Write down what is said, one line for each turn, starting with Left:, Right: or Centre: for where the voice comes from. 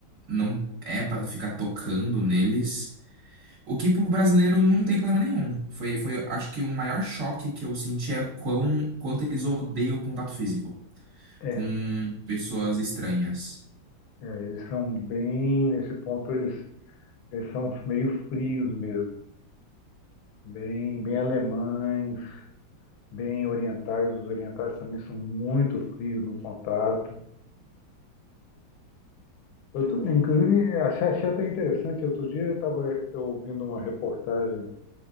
Right: não é pra ficar tocando neles. O que pro brasileiro não tem problema nenhum. Foi, foi, acho que o maior choque que eu senti é quão, quanto eles odeiam o contato físico
Left: É,
Right: com pessoas estranhas.
Left: é, eles são bem, nesse ponto, eles. Eles são meio frios mesmo, bem, bem alemães, bem orientais. Os orientais também são muito frios no contato. Eu tô- inclusive, achei, achei até interessante. Outro dia eu estava ouvindo uma reportagem